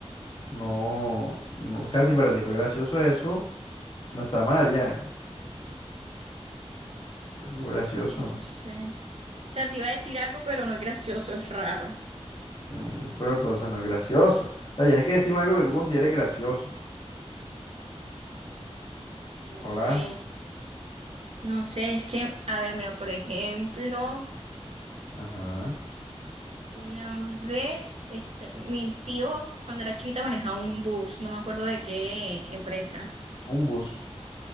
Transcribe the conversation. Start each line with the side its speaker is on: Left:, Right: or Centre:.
Left: no, no, o sea, si para ti fue gracioso eso, no está mal ya, algo gracioso.
Right: No sé. O sea, te iba a decir algo, pero no es gracioso, es raro.
Left: Mm, pero entonces no es gracioso. O sea, tienes que decirme algo que tú consideres gracioso.
Right: No
Left: Hola.
Right: sé, no sé, es que, a ver, mira, por ejemplo.
Left: Ajá.
Right: Una vez, este, mi tío, cuando era chiquita, manejaba un bus, no me acuerdo de qué empresa.
Left: Un bus.